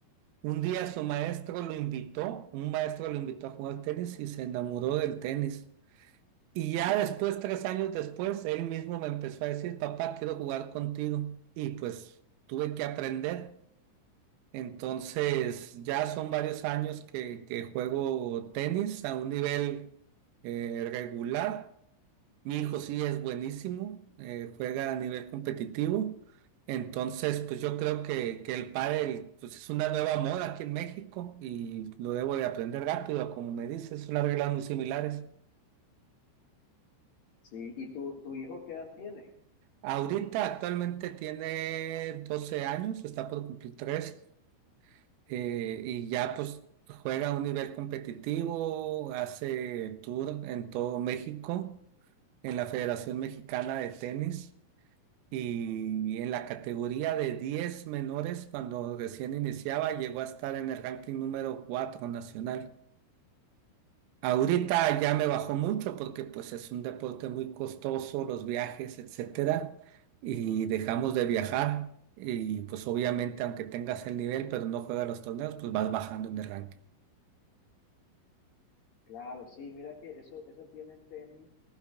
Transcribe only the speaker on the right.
Un día su maestro lo invitó, un maestro lo invitó a jugar tenis y se enamoró del tenis. Y ya después, tres años después, él mismo me empezó a decir, papá, quiero jugar contigo. Y pues tuve que aprender. Entonces, ya son varios años que, que juego tenis a un nivel eh, regular. Mi hijo sí es buenísimo, eh, juega a nivel competitivo. Entonces, pues yo creo que, que el pádel pues, es una nueva moda aquí en México y lo debo de aprender rápido, como me dices, son las reglas muy similares.
Ahorita actualmente tiene 12 años, está por cumplir 3 y ya pues juega a un nivel competitivo, hace tour en todo México, en la Federación Mexicana de Tenis y en la categoría de 10 menores cuando recién iniciaba llegó a estar en el ranking número 4 nacional. Ahorita ya me bajó mucho porque pues es un deporte muy costoso, los viajes, etcétera, y dejamos de viajar y pues obviamente aunque tengas el nivel pero no juegas los torneos, pues vas bajando en el ranking.